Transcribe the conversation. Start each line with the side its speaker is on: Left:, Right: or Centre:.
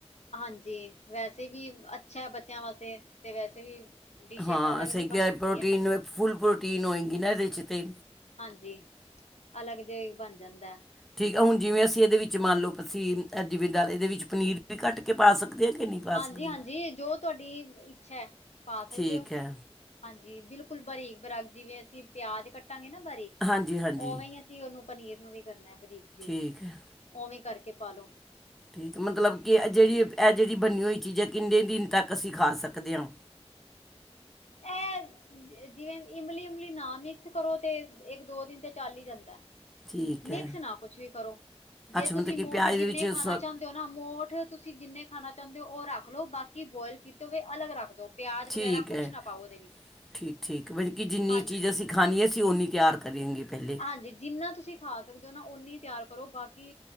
Left: ਹਾਂਜੀ ਵੈਸੇ ਵੀ ਅੱਛਾ ਹੈ ਬੱਚਿਆਂ ਵਾਸਤੇ ਤੇ ਵੈਸੇ ਵੀ ਡਿਸ਼
Centre: ਹਾਂ
Left: ਇੱਕ ਅਲੱਗ
Centre: ਸਂ
Left: ਜਿਹੀ
Centre: ਕਿਹਾ
Left: ਬਣ ਜਾਂਦੀ
Centre: ਪ੍ਰੋਟੀਨ
Left: ਹੈ
Centre: ਫੁੱਲ ਪ੍ਰੋਟੀਨ ਹੋਏਗੀ ਨਾ ਇਹਦੇ 'ਚ ਤਾਂ
Left: ਹਾਂਜੀ ਅਲੱਗ ਜਿ ਬਣ ਜਾਂਦਾ
Centre: ਠੀਕ ਆ ਹੁਣ ਜਿਵੇਂ ਅਸੀਂ ਇਹਦੇ ਵਿੱਚ ਮੰਨ ਲਓ ਅਸੀਂ ਅਜਵੇ ਦਾਲ ਇਹਦੇ ਵਿੱਚ ਪਨੀਰ ਵੀ ਕੱਟ ਕੇ ਪਾ ਸਕਦੇ ਹਾਂ ਕਿ ਨਹੀਂ ਪਾ
Left: ਹਾਂਜੀ
Centre: ਸਕਦੇ
Left: ਹਾਂਜੀ ਜੋ ਤੁਹਾਡੀ ਇੱਛਾ ਪਾ ਸਕਦੇ
Centre: ਠੀਕ
Left: ਹੋ।
Centre: ਹੈ
Left: ਹਾਂਜੀ ਬਿਲਕੁਲ ਬਾਰੀਕ ਬਰਕ ਜਿਵੇਂ ਅਸੀਂ ਪਿਆਜ ਕੱਟਾਂਗੇ ਨਾ ਬਾਰੀਕ
Centre: ਹਾਂਜੀ ਹਾਂਜੀ
Left: ਉਵੇਂ ਹੀ ਅਸੀਂ ਉਹਨੂੰ ਪਨੀਰ ਨੂੰ ਵੀ ਕਰਨਾ ਬਰੀਕ ਦੀ
Centre: ਠੀਕ ਹੈ
Left: ਉਵੇਂ ਕਰਕੇ ਪਾਾਲੋ
Centre: ਠੀਕ ਮਤਲਬ ਕਿ ਜਿਹੜੀ ਇਹ ਜਿਹੜੀ ਬਣੀ ਹੋਈ ਚੀਜ਼ ਹੈ ਕਿੰਨੇ ਦਿਨ ਤੱਕ ਅਸੀਂ ਖਾ ਸਕਦੇ ਹਾਂ
Left: ਇਹ ਜਿਵੇਂ ਇਮਲੀ ਉਮਲੀ ਨਾ ਮਿਕਸ ਕਰੋ ਤੇ ਇੱਕ ਦੋ ਦਿਨ ਤੇ ਚੱਲ ਹੀ ਜਾਂਦਾ
Centre: ਠੀਕ ਹੈ
Left: ਮਿਕਸ ਨਾ ਕੁਛ ਵੀ ਕਰੋ ਜੇ
Centre: ਅੱਛਾ
Left: ਤੁਸੀਂ
Centre: ਮਤਲਬ ਕਿ
Left: ਮੋਠ
Centre: ਪਿਆਜ਼
Left: ਜਿੰਨੇ
Centre: ਦੇ ਵਿੱਚ ਸ-
Left: ਖਾਣਾ ਚਾਹੁੰਦੇ ਮੋਠ ਤੁਸੀਂ ਜਿੰਨੇ ਖਾਣਾ ਚਾਹੁੰਦੇ ਹੋ ਉਹ ਰੱਖ ਲਓ ਬਾਕੀ ਬੋਇਲ ਕੀਤੇ ਹੋਵੇ ਅਲੱਗ ਰੱਖ ਦੋ ਪਿਆਜ
Centre: ਠੀਕ
Left: ਵਗੈਰਾ ਕੁਛ
Centre: ਹੈ
Left: ਨਾ ਪਾਓ ਉਹਦੇ ਵਿੱਚ
Centre: ਠੀਕ ਠੀਕ ਮਤਲਬ ਕਿੀ ਜਿੰਨੀ
Left: ਹਾਂਜੀ।
Centre: ਚੀਜ਼ ਅਸੀਂ ਖਾਣੀ ਅਸੀਂ ਉਹ ਨਨੀ ਤਿਆਰ ਕਰੀਏਗੇ ਪਹਿਲੇਾਂ
Left: ਹਾਂਜੀ ਜਿੰਨਾ ਤੁਸੀਂ ਖਾ ਸਕਦੇ ਹੋ ਨਾ ਓਨੀ ਤਿਆਰ ਕਰੋ ਬਾਕੀ